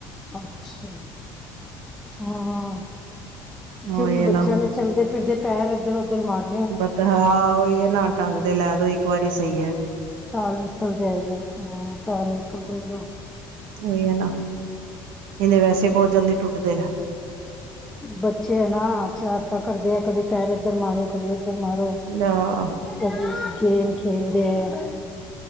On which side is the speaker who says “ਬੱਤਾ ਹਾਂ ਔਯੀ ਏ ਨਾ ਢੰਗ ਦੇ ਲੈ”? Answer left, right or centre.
Right